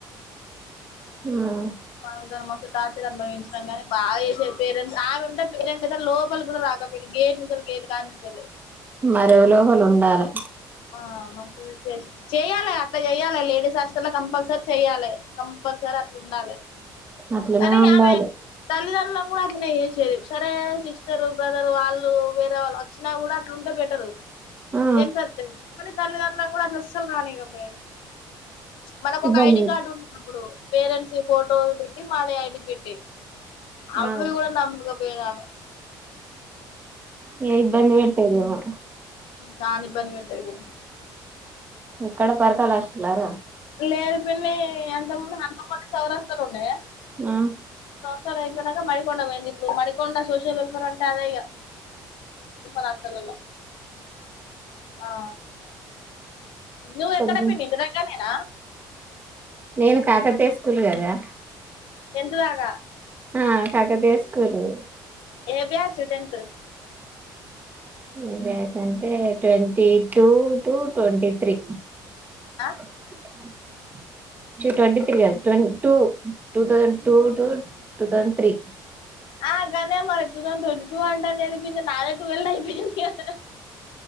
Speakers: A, on the right; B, on the left.
A: ఉమ్ ఆ
B: ఆమెతోని మస్త్ టార్చర్ అనుభవించినం కాని బాగా చేసేది పేరెంట్స్ ఆమె ఉంటే పేరెంట్స్ అయితే లోపలికి కూడా రాక గేట్ నుంచెలి గేట్ కానుంచేలే
A: మరి ఎవలోకలు ఉండాలె
B: ఆ చెయ్యాలె అట్లా చెయ్యాలె లేడీస్ హాస్టళ్ల కంపల్సరీ చెయ్యాలె కంపల్సరి అట్లుండాలె
A: అట్లనే
B: కానీ
A: ఉండాలి
B: ఆమె తల్లిదండ్రులను కూడా అట్లనే చేసేది సరే సిస్టరు బ్రదరు వాళ్ళు వేరే వాళ్ళు వ వచ్చినా కూడా అట్లుంటే బెటరు
A: ఆ
B: జెంట్స్ వస్తె కానీ తల్లిదండ్రులను కూడా అట్లా అస్సలు రానియకపోయేది మనకు
A: ఇబ్బంది
B: ఒక ఐడి కార్డు ఉంటదప్పుడు పేరెంట్స్ ఫోటో పెట్టి మాది ఐడి పెట్టి అవ్వి
A: ఆ
B: కూడా నమ్మక పోయేదామె
A: ఇగ ఇబ్బంది పెట్టేదేమో
B: దాని ఇబ్బంద్ పెట్టేది
A: ఎక్కడ పర్కాల హాస్టలర
B: లేదు పిన్ని అంత ముందు హనుమకొండ చౌరస్తాలుండే
A: ఆ
B: సోషల్ అయిపోయినాక మడికొండ పోయింది ఇప్పుడు మడికొండ సోషల్ వెల్ఫేర్ అంట అదే ఇగ హాస్టల్లల్ల ఆ నువ్వు
A: కొంచెం
B: ఎక్కడ పిన్నీ ఇంటి దగ్గర్నేన
A: నేను కాకతీయ స్కూల్ కదా
B: టెన్త్ దాక
A: ఆ కాకతీయ స్కూలు
B: ఏ బ్యాచు టెన్త్
A: ఏ బ్యాచ్ అంటే twenty two to twenty three
B: అ
A: <unintelligible> చీ ట్వంటీ త్రీ కాదు twine two two thousand two two two thousand three.
B: ఆ గదే మరి టూ థౌసండ్ ట్వంటీ టూ అంటాదేది పిన్ని నాదే టూ వెల్ అయిపోయింది కదా.